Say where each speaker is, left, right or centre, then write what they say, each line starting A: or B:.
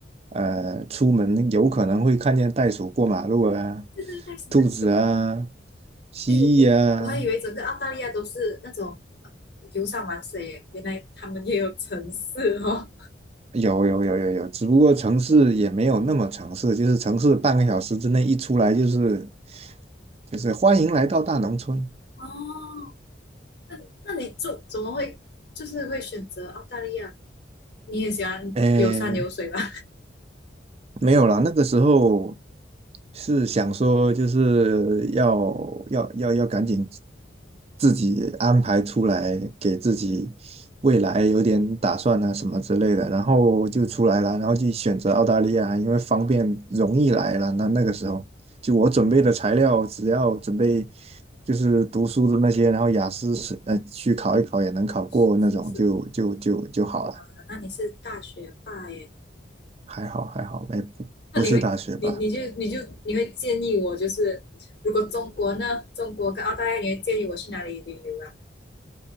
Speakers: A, on the right; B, on the left.
A: 呃出门有可能会看见袋鼠过马路啊，
B: 这是太实在是，
A: 兔子啊，蜥蜴啊，
B: 哎呦我我还以为整个澳大利亚都是那种游山玩水原来他们也有城市哦。
A: 有有有有有，只不过城市也没有那么城市，就是城市半个小时之内一出来就是就是欢迎来到大农村。
B: 哦，那那你就怎么会就是会选择澳大利亚？你也喜欢游山游水吧？
A: 诶，没有啦，那个时候是想说，就是要要要要赶紧自己安排出来，给自己未来有点打算啊什么之类的，然后就出来了，然后就选择澳大利亚，因为方便容易来了。那那个时候，就我准备的材料，只要准备就是读书的那些，然后雅思是呃去考一考也能考过那种，
B: 是不是？
A: 就就就就好了，
B: 哇，那你是大学霸耶？
A: 还好还好，哎不不是大学吧。
B: 那你会你你就你就你会建议我就是如果中国呢，中国跟澳大利亚，你会建议我去哪里旅游啊？